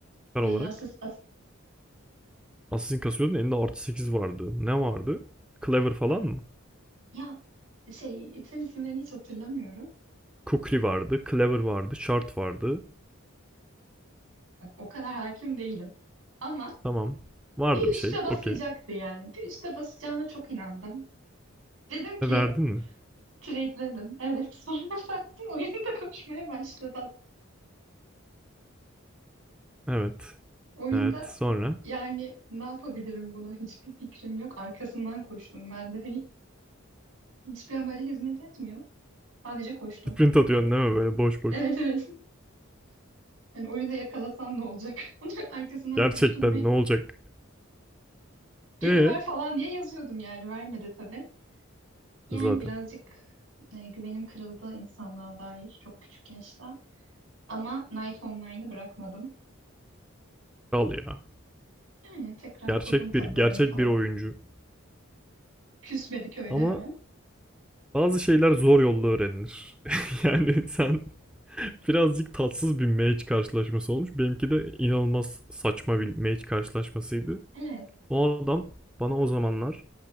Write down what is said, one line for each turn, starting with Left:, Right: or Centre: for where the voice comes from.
Centre: Kar
Right: Ee,
Centre: olarak.
Right: asas,
Centre: Assassin kasıyordun elinde artı 8 vardı. Ne vardı? Clever falan mı?
Right: Ya şey item isimlerini hiç hatırlamıyorum.
Centre: Kukri vardı. Clever vardı. Shard vardı.
Right: Bak o kadar hakim değilim. Ama
Centre: Tamam. Vardı
Right: bir üste
Centre: bir şey.
Right: basacaktı
Centre: Okey.
Right: yani. Bir üste basacağına çok inandım. Dedim ki
Centre: verdin mi?
Right: trade'ledim. Evet <laughs> sonra baktım oyunda koşmaya başladı adam.
Centre: Evet.
Right: Oyunda
Centre: Evet. Sonra?
Right: yani ne yapabilirim bunu hiçbir fikrim yok. Arkasından koştum. Ben de hani hiçbir amaca hizmet etmiyor. Sadece koştum.
Centre: Sprint atıyorsun değil mi böyle boş boş?
Right: <laughs> Evet evet. Hani oyunda yakalasan ne olacak? <laughs> Arkasından
Centre: Gerçekten
Right: koştum. ben.
Centre: ne olacak?
Right: Geri
Centre: Ee
Right: ver falan diye yazıyordum yani vermedi tabii. Yani
Centre: zaten
Right: birazcık e, güvenim kırıldı insanlığa dair çok küçük yaşta. Ama Night Online'ı bırakmadım.
Centre: kal ya.
Right: Yani tekrar
Centre: Gerçek
Right: kurdum pazarımı
Centre: bir gerçek
Right: falan.
Centre: bir oyuncu.
Right: Küsmedik öyle
Centre: Ama
Right: hemen.
Centre: bazı şeyler zor yolla öğrenilir. <laughs> yani sen <laughs> birazcık tatsız bir match karşılaşması olmuş. Benimki de inanılmaz saçma bir match karşılaşmasıydı.
Right: Evet.
Centre: O adam bana o zamanlar